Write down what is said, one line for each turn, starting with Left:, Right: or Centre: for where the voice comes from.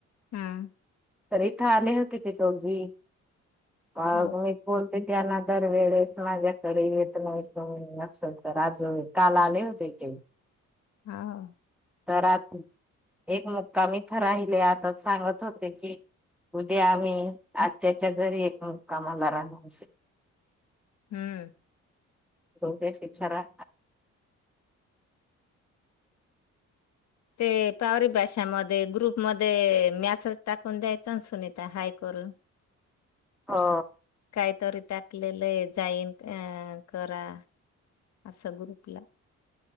Left: हम्म
Centre: त इथं आले होते ते दोघी मग
Left: हो
Centre: मी बोल ते त्यांना दरवेेळेस माझ्याकडे येतं येतन नल तर आज काल आले होते ह
Left: हा ह
Centre: तर आ एक मुक्का मीथ राहिले आता सांगत होते की उद्या आम्ही आ त्याच्या घरी एक कामाला राहसे
Left: हम्म
Centre: होकच इच्छा रा
Left: ते पावरी भाषामध्ये ग्रुपमध्ये मॅसेज टाकून द्यायचां ना सुनीता हाय करून
Centre: हा
Left: काहीतरी टाकलेलंय जाईन अ करा असा ग्रुपला